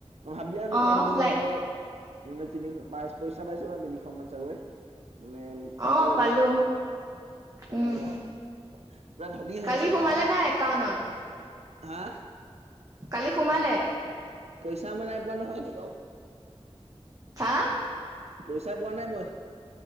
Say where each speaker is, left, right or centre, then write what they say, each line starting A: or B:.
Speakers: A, on the right; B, on the right.
A: মই ভাবি আছোঁ
B: অ
A: ক'ম বুলি
B: ফ্লাই
A: মানে, মানে তিনিশ পা পইচা পাইছ ন তিনিশমান চাগৈ? মানে খুৱাব
B: অ
A: লাগিব
B: পালো
A: না। অ',
B: উম
A: পুৰা ধনী
B: কালি
A: হৈ আছ
B: সোমালে
A: ন?
B: নাই একাউন্টত
A: হা?
B: কালি সোমালে।
A: পইচা মানে একবাৰ নহয় এনেকাও?
B: <unintelligible>
A: পইচা পোৱা নাই মই।